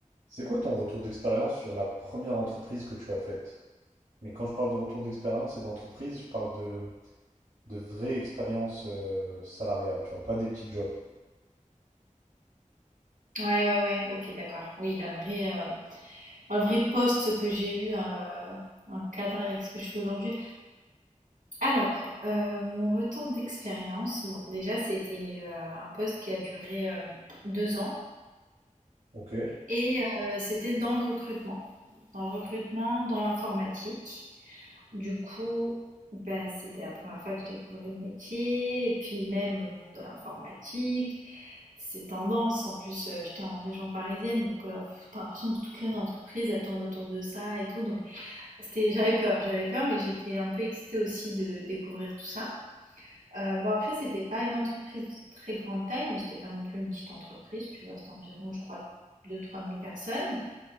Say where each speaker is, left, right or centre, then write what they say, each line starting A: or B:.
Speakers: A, on the right; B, on the right.
A: C'est quoi ton retour d'expérience sur la première entreprise que tu as faite? Mais quand je parle de retour d'expérience et d'entreprise, je parle de, de vraie expérience euh, salariale, tu vois, pas des petits jobs.
B: Ouais, ouais, ouais, ok, d'accord. Oui, la vraie, euh, enfin, le vrai poste que j'ai eu euh, en cadre avec ce que je fais aujourd'hui. Alors, euh, mon retour d'expérience, bon, déjà, c'était une, euh, un poste qui a duré euh, deux ans
A: Ok.
B: et euh, c'était dans le recrutement, dans le recrutement, dans l'informatique. Du coup, bah, c'était la première fois que je découvrais le métier et puis même le monde de l'informatique. C'est tendance. En plus, euh, j'étais en région parisienne, donc euh, t'as l'impression que toutes les entreprises elles tournent autour de ça et tout. Donc, c'était, j'avais peur, j'avais peur, mais j'étais un peu excitée aussi de découvrir tout ça. Euh, bon, après, c'était pas une entreprise de très grande taille, mais c'était pas non plus une petite entreprise. Tu vois, c'était environ, je crois, 2 trois mille personnes.